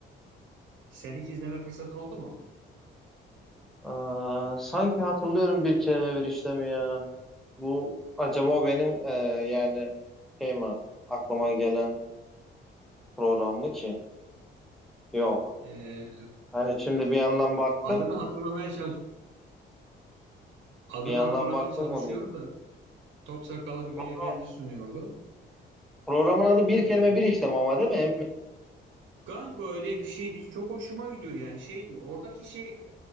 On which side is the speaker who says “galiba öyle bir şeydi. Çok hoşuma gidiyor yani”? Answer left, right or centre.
Right